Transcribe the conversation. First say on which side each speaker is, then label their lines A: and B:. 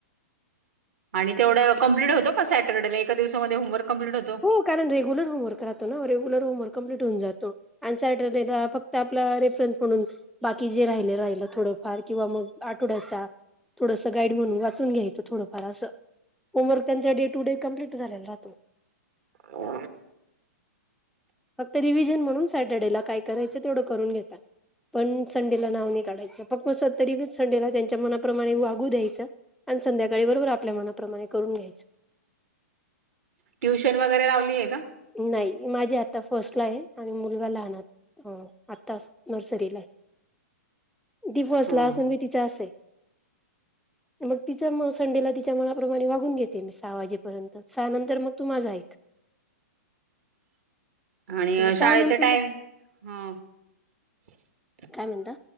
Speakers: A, on the right; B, in the centre.
A: आणि तेवढं कं्प्ट होत का सॅटर्डेला एका दिवसामध्ये होमवक कम्पलीट होतो
B: हो कारण रेगुलर होमवर्क रातो ना रेगुलर होमवर्क कंप्लीट होऊ जातो अन् सॅटर्डे ला फक्त आपला रेफरन्स म्हणून. बाकी जे राहिले राहिलं थोडंफार किंवा मग आठवड्याचा थोडसं गाईड म्हणून वाचून घ्यायचं थोडंफार असं होमवर्क त्यांचा डे टू डे कम्प्लीट झालेला राहतो
A: हो
B: फक्त रिव्हिजन म्हणून सॅटर्डे ला काय करायचं तेवढं करून घेता. पण संडेला नाव नाही काढायचं फक् म तरी संडेला त्यांच्या मनाप्रमाणे वागू द्यायचं. आणि संध्याकाळी बरोबर आपल्या मनाप्रमाणे करून घ्यायचं.
A: ट्युशन वगैरे लावलीय का.
B: नाही माझी आता फर्स्टला आहे आणि मुलगा लहाना. हा आत्ताच नर्सरीला आहे. ती फर्स्ट
A: हा
B: ला असून बी तिचं असं आहे. मग तिच्या संडेला तिच्या मनाप्रमाणे वागून घेते मी सहा वाजेपर्यंत. <unintelligible> सहानंतर मग तू माझा ऐक.
A: आणि
B: सहा
A: शाळेचा
B: नंतर
A: टाइम
B: मग
A: ह <unintelligible>
B: काय म्हणता?